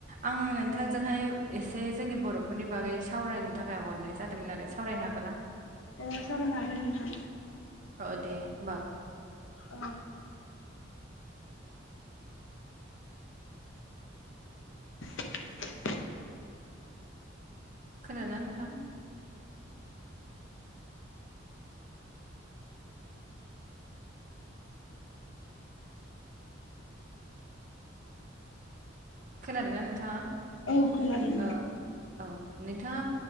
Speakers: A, on the right; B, on the left.
A: आं नोंथांजोंहाय एसे जोंनि बर'फोरनि बागै सावरायनो था खाय हरनाय जादोंमोन आरो सावरायनो हागोन ना?
B: अ सावरायनो हागोन नोंथां
A: औ दे होमबा
B: औ <inaudible>
A: खोनादों ना नोंथां? खोनादोंना नोंथाङा
B: औ खोनादों
A: ओ औ नोंथाङा